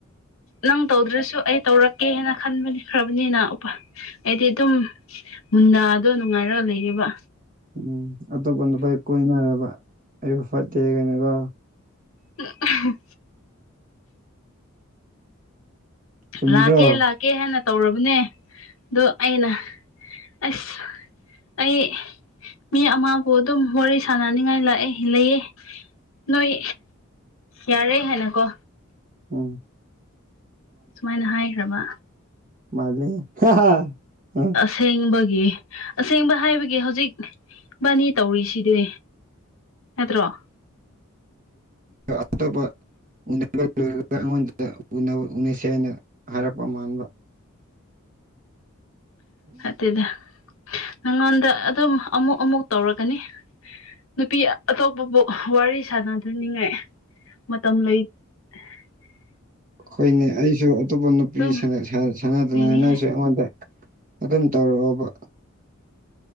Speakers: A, on the left; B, on the right.
A: ꯅꯪ ꯇꯧꯗ꯭ꯔꯁꯨ ꯑꯩ ꯇꯧꯔꯛꯀꯦꯅ ꯈꯟꯕꯅꯤꯈ꯭ꯔꯕꯅꯤꯅ ꯎꯄꯥ ꯑꯩꯗꯤ ꯑꯗꯨꯝ ꯃꯨꯟꯅꯗꯣ ꯅꯨꯡꯉꯥꯏꯔꯒ ꯂꯩꯔꯤꯕ
B: ꯎꯝ ꯑꯇꯣꯞꯄ ꯅꯨꯄꯥ ꯀꯣꯏꯅꯔꯕ ꯑꯩꯁꯨ ꯐꯠꯇꯦ ꯍꯥꯒꯅꯨꯀꯣ
A: ꯍ ꯑꯍꯝ
B: ꯆꯨꯝꯗ꯭ꯔꯣ
A: ꯂꯥꯛꯀꯦ ꯂꯥꯛꯀꯦ ꯍꯥꯏꯅ ꯇꯧꯔꯕꯅꯦ ꯑꯗꯣ ꯑꯩꯅ ꯑꯁ ꯑꯩ ꯃꯤ ꯑꯃꯕꯨ ꯑꯗꯨꯝ ꯋꯥꯔꯤ ꯁꯥꯟꯅꯅꯤꯡꯉꯥꯏ ꯂꯥꯛꯑꯦ ꯂꯩꯌꯦ ꯅꯣꯏ ꯌꯥꯔꯦ ꯍꯥꯏꯅꯀꯣ
B: ꯎꯝ
A: ꯁꯨꯃꯥꯏꯅ ꯍꯥꯏꯈ꯭ꯔꯕ
B: ꯃꯥ ꯍꯦ ꯍꯥ <unintelligible>
A: ꯑꯁꯦꯡꯕꯒꯤ ꯑꯁꯦꯡꯕ ꯍꯥꯏꯕꯒꯤ ꯍꯧꯖꯤꯛ ꯕꯥꯅꯤ ꯇꯧꯔꯤꯁꯤꯗꯤ ꯅꯠꯇ꯭ꯔꯣ
B: ꯑꯣ ꯎꯅꯕ ꯂꯣꯏꯔꯒ ꯑꯩꯉꯣꯟꯗ ꯎꯅꯁꯦ ꯍꯥꯏꯅ ꯍꯥꯏꯔꯛꯄ ꯃꯥꯟꯕ
A: ꯑꯗꯨꯗꯤ ꯅꯪꯉꯣꯟꯗ ꯑꯗꯨꯝ ꯑꯃꯨꯛ ꯑꯃꯨꯛ ꯇꯧꯔꯒꯅꯤ ꯅꯨꯄꯤ ꯑꯇꯣꯞꯄꯕꯨ ꯋꯥꯔꯤ ꯁꯥꯟꯅꯗꯅꯤꯡꯉꯥꯏ ꯃꯇꯝ ꯂꯩ <inaudible>
B: ꯑꯩꯈꯣꯏꯅꯦ ꯑꯩꯁꯨ ꯑꯇꯣꯞꯄ ꯅꯨꯄꯤ
A: ꯑꯗꯨꯝ
B: ꯁꯥꯟꯅꯗꯅꯅꯁꯨ
A: ꯂꯩꯅꯤꯡꯉꯥꯏ
B: ꯑꯩꯉꯣꯟꯗ ꯑꯗꯨꯝ ꯇꯧꯔꯛꯑꯣꯕ